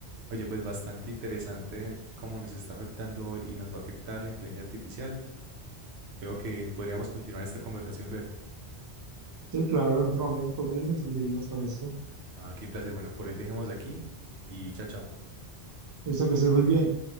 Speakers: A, on the right; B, on the right.
A: Oye, pues bastante interesante cómo nos está afectando y nos va a afectar la inteligencia artificial. Creo que podríamos continuar esta conversación luego.
B: sí, claro, en otro momento tú me dices y seguimos con esto.
A: Ah, qué un placer. Bueno, por hoy dejemos aquí y chao, chao.
B: Esto que estés muy bien.